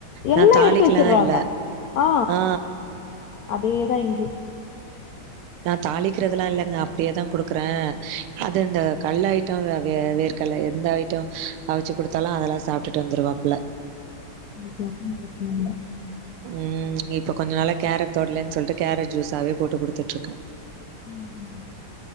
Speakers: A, on the left; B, on the right.
A: எல்லாம்
B: நா தாளிக்கலா
A: எடுத்து வச்சறாங்க
B: இல்ல
A: அ
B: ஆ
A: அப்டியேதா இங்கும்
B: நான் தாளிக்கிறதெல்லாம் இல்லைங்க அப்டியேதான் குடுக்குறேன் அது இந்த கல்லாயிட் ட்டம் வேர்கல்ல எந்த ஐட்டம் அவிச்சு குடுத்தாலும் அதெல்லாம் சாப்ட்டுட்டு வந்துடுவாப்புல
A: ஓகே ஓகே அப்ப ஒண்ணும் பிரச்சனயில்ல
B: ம் இப்ப கொஞ்ச நாள கேரட் தொடலன்னு சொல்லிட்டு கேரட் ஜூஸாவே போட்டு குடுத்துட்டு இருக்கேன்
A: ம் ம்